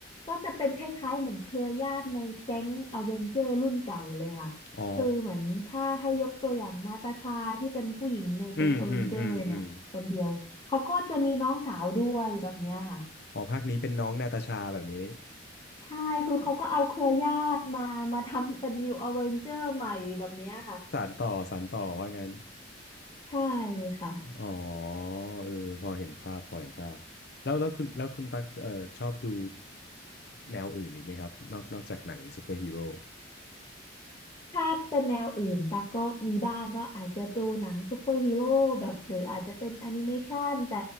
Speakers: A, on the left; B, on the left.
A: ก็จะเป็นคล้ายๆเหมือนเครือญาติในแก๊งอเวนเจอร์รุ่นเก่าเลยค่ะคือเหมือนถ้าให้ยกตัวอย่างนาตาชาที่เป็นผู้หญิงในแก๊งอเวนเจอร์เนี่ยคนเดียวเขาก็จะมีน้องสาวด้วยแบบเนี้ยค่ะ
B: อ๋ออืมอืมอืมอืมอ๋อภาคนี้เป็นน้องนาตาชาแบบนี้
A: ใช่คือเขาก็เอาเครือญาติมามาทำเป็นนิวอเวนเจอร์ใหม่แบบเนี้ยค่ะ
B: สานต่อสานต่อว่างั้น
A: ใช่ค่ะ
B: อ๋อเออพอเห็นภาพพอเห็นภาพแล้วแล้วคุณแล้วคุณตักเออชอบดูแนวอื่นอีกไหมครับนอกนอกจากหนังซูเปอร์ฮีโร่
A: ถ้าเป็นแนวอื่นตาก็มีบ้างก็อาจจะดูหนังซูเปอร์ฮีโร่แบบหรืออาจจะเป็นแอนิเมชันแต่